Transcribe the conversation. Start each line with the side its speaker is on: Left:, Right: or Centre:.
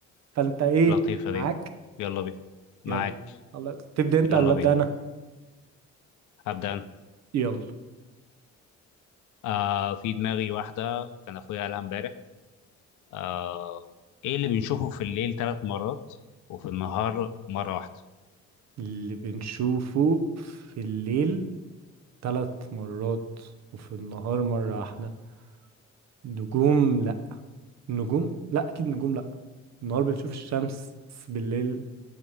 Right: فانت ايه
Left: لطيفه
Right: معاك
Left: دي يلا بينا معاك
Right: يلا خلاص تبدا انت
Left: يلا
Right: ولا ابدا
Left: بينا
Right: انا
Left: هبدا انا
Right: يلا
Left: آه في دماغي واحده كان اخويا قالها امبارح آه ايه اللي بنشوفه في الليل ثلاث مرات وفي النهار مره واحده
Right: اللي بنشوفه في الليل ثلاث مرات وفي النهار مره واحده نجوم لا نجوم لا اكيد نجوم لا النهار بنشوف الشمس بس بالليل